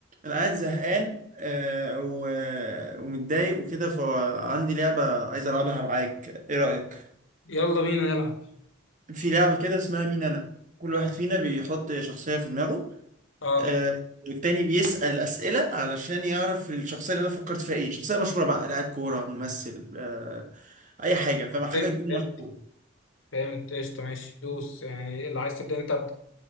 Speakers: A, on the right; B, on the left.
A: انا قاعد زهقان آه، و- ومتضايق وكده فعندي لعبة عايز العبها معاك ايه رأيك
B: يلا بينا نلعب
A: في لعبة كده اسمها مين انا كل واحد فينا بيحط شخصية في دماغه
B: اه
A: آه، والتاني بيسأل أسئلة علشان يعرف الشخصية اللي انا فكرت فيها ايه شخصية مشهورة بقى لاعب كورة ممثل آه، اي حاجة فما حاجة
B: فهمت
A: تكون
B: فهمت
A: مشهورة
B: فهمت قشطة ماشي دوس يعني اللي عايز تبدأ انت ابدأ